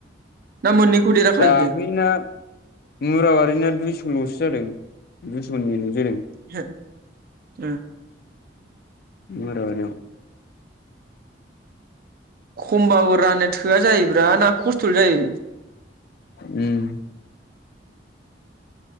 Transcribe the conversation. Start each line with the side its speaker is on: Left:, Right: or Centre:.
Right: ना मोननैखौ देरहाखाजोबदों
Left: दाख्लैना मुराबारिना दुइस'ल'सो जादों। <inaudible> जादों
Right: हो ओ।
Left: मुराबारियाव।
Right: खमबाबो राननो थोआ जायोब्रा ना खस्थ'ल' जायो।
Left: उम।